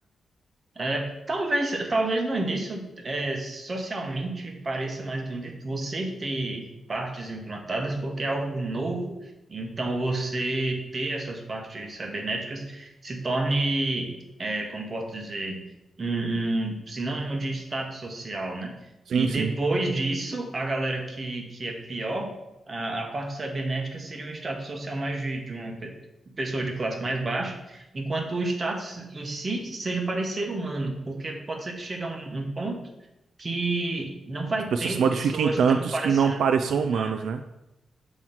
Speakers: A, on the right; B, on the right.
A: É, talvez, talvez no início, é, socialmente pareça mais bonito você ter partes implantadas, porque é algo novo. Então, você ter essas partes cibernéticas se torne, é, como posso dizer, um, um sinônimo de status social, né?
B: Sim,
A: E depois
B: sim.
A: disso, a galera que, que é pior, a, a parte cibernética seria um status social mais de, de uma pe- pessoa de classe mais baixa enquanto o status em si seja parecer humano, porque pode ser que chegue a um, um ponto que não vai
B: As pessoas
A: ter
B: se modifiquem
A: pessoas
B: tantos
A: tão parecendo
B: que não pareçam
A: humana,
B: humanos, né?
A: né?